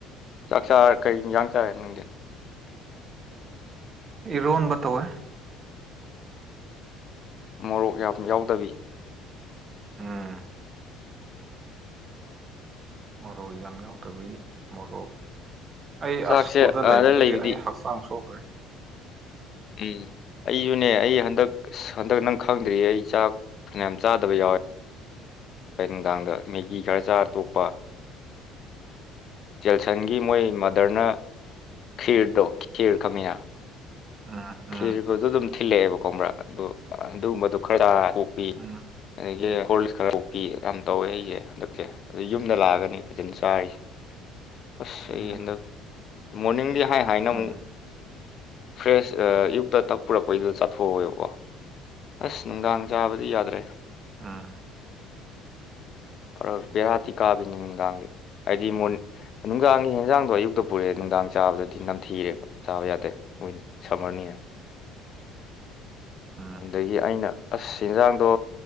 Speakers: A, on the left; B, on the right.
A: ꯆꯥꯛ ꯆꯥꯔ ꯀꯩ ꯌꯥꯡ ꯆꯥꯔꯦ ꯅꯪꯗꯤ
B: ꯏꯔꯣꯟꯕ ꯇꯧꯋꯦ
A: ꯃꯣꯔꯣꯛ ꯌꯥꯝ ꯌꯥꯎꯗꯕꯤ
B: ꯎꯝ ꯃꯣꯔꯣꯛ ꯌꯥꯝ ꯌꯥꯎꯗꯕꯤ ꯃꯣꯔꯣꯛ ꯑꯩ
A: ꯆꯥꯛꯁꯦ
B: ꯑꯁꯀꯨꯗ
A: ꯑꯥꯗ
B: ꯂꯩꯕꯗꯒꯤ
A: ꯂꯩꯕꯗꯤ
B: ꯑꯩ ꯍꯛꯆꯥꯡ ꯁꯣꯛꯈ꯭ꯔꯦ
A: ꯎꯝ ꯑꯩꯁꯨꯅꯦ ꯑꯩ ꯍꯟꯗꯛ ꯑ ꯍꯟꯗꯛ ꯅꯪ ꯈꯪꯗ꯭ꯔꯤꯌꯦ ꯑꯩ ꯆꯥꯛ ꯐꯅꯌꯥꯝ ꯆꯥꯗꯕ ꯌꯥꯎꯋꯦ ꯑꯩ ꯅꯨꯡꯗꯥꯡꯗ ꯃꯦꯒꯤ ꯈꯔ ꯆꯥꯔ ꯇꯣꯛꯄ ꯖꯦꯜꯁꯟꯒꯤ ꯃꯣꯏ ꯃꯥꯗꯔꯅ ꯈꯤꯔꯗꯣ ꯈꯦꯔ ꯈꯪꯉꯤꯅ
B: ꯑ
A: ꯈꯤꯔꯒꯗꯣ ꯑꯗꯨꯝ ꯊꯤꯜꯂꯛꯑꯦꯕꯀꯣꯕ꯭ꯔꯥ ꯑꯗ ꯑꯗꯨꯒꯨꯝꯕꯗꯣ ꯈꯔ ꯆꯔ ꯇꯣꯛꯄꯤ
B: ꯎꯝ
A: ꯑꯗꯒꯤ ꯍꯣꯔꯜꯁ ꯈꯔꯕꯨ <unintelligible> ꯄꯤ ꯌꯥꯝ ꯇꯧꯋꯦ ꯑꯩꯁꯦ ꯍꯟꯗꯛꯁꯦ ꯑꯗꯨꯗ ꯌꯨꯝꯗ ꯂꯥꯛꯑꯒꯅꯤ ꯐꯖꯅ ꯆꯥꯔꯤꯁꯦ <inaudible> ꯑꯁ
B: ꯎꯝ
A: ꯑꯩ ꯍꯟꯗꯛ ꯃꯣꯔꯅꯤꯡꯗꯤ ꯍꯥꯏ ꯍꯥꯏꯅ ꯑꯃꯨꯛ
B: ꯎꯝ
A: ꯐ꯭ꯔꯦꯁ ꯑꯌꯨꯛꯇ ꯇꯛ ꯄꯨꯔꯛꯄꯩꯗꯨꯗ ꯆꯥꯊꯣꯛꯋꯦꯕꯀꯣ ꯑꯁ ꯅꯨꯡꯗꯥꯡ ꯆꯥꯕꯗꯤ ꯌꯥꯗ꯭ꯔꯦ
B: ꯎꯝ
A: ꯐꯔ ꯕꯦꯔꯥ ꯇꯤ ꯀꯥꯕꯤꯅꯤ ꯅꯨꯡꯗꯥꯡꯒꯤ ꯍꯥꯏꯗꯤ ꯃꯨꯟ ꯅꯨꯡꯗꯥꯡꯒꯤ ꯍꯦꯟꯖꯥꯡꯗꯣ ꯑꯌꯨꯛꯇ ꯄꯨꯔꯛꯑꯦ ꯅꯨꯡꯗꯥꯡ ꯆꯥꯕꯗꯗꯤ ꯅꯝꯊꯤꯔꯦꯕ ꯆꯥꯕ ꯌꯥꯗꯦ ꯑꯣꯏꯅꯤ ꯁꯝꯃꯔꯅꯤꯅ
B: ꯑ
A: ꯑꯗꯒꯤ ꯑꯩꯅ ꯑꯁ ꯍꯤꯟꯖꯥꯡꯗꯣ